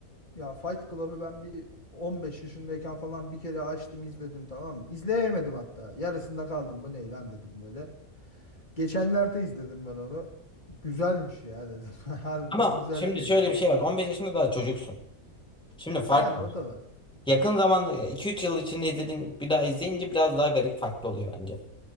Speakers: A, on the left (about 30°); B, in the centre.
A: Ya Fight Club'ı ben bir 15 yaşındayken falan bir kere açtım izledim tamam mı? İzleyemedim hatta. Yarısında kaldım. Bu ne lan dedim böyle. Geçenlerde izledim ben onu. Güzelmiş ya dedim. <laughs> Harbiden
B: Ama
A: güzel
B: şimdi
A: filmmiş.
B: şöyle bir şey var. 15 yaşında daha çocuksun. Şimdi fark
A: Yani
B: var.
A: o da var.
B: Yakın zamanda 2-3 yıl içinde izlediğin bir daha izleyince biraz daha garip farklı oluyor bence.